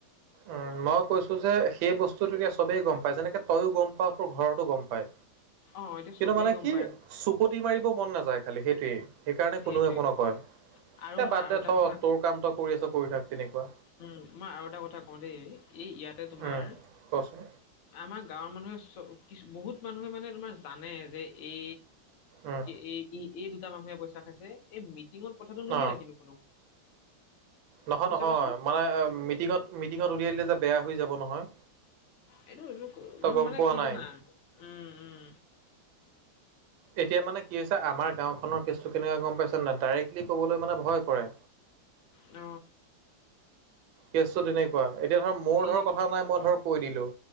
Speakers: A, on the right; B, on the left.
A: উম মই কৈছো যে সেই বস্তুটো এতিয়া সবেই গম পায় যেনেকে তইও গম পাৱ তোৰ ঘৰতো গম পায়।
B: অ এতিয়া
A: কিন্তু
B: চবেই
A: মানে
B: গম
A: কি
B: পায়।
A: <unintelligible> মাৰিব মন নাযায় খালি সেইটোৱেই। সেইকাৰণে
B: সেইটোৱে।
A: কোনো একো নকয় এ
B: আৰু মই
A: বাদ
B: আৰু
A: দে
B: এটা
A: থো
B: কথা
A: তোৰ কাম তই কৰি আছোঁ কৰি থাক তেনেকুৱা।
B: উম মই আৰু এটা কথা কওঁ দেই এই ইয়াতে তোমাৰ।
A: উম কচোন
B: আমাৰ গাঁৱৰ মানুহে কিছু বহুত মানুহে মানে তোমাৰ জানে যে এ
A: উম
B: এ-এই, এই দুটা মানুহে পইচা খাইছে এই মিটিঙত কথাটো নুলিৱাই
A: অ
B: কিন্তু কোনো।
A: নহয়,
B: তুমি
A: নহয়
B: চাবাচোন।
A: মানে মিটিঙত, মিটিঙত উলিয়াই দিলেযে বেয়া হৈ যাব নহয়।
B: এইটো এইটোক
A: তই গম
B: মানে
A: পোৱা
B: কি
A: নাই
B: জানা, উম, উম।
A: এতিয়া মানে কি হৈছে আমাৰ গাঁওখনৰ কেচটো কেনেকুৱে গম পাইছোঁ নে নাই ডাইৰেক্টলি ক'বলৈ মানে ভয় কৰে।
B: ন।
A: কেছটো তেনেকুৱা এতিয়া ধৰ মোৰ
B: এই
A: ধৰ কথা নাই মই ধৰ কৈ দিলোঁ।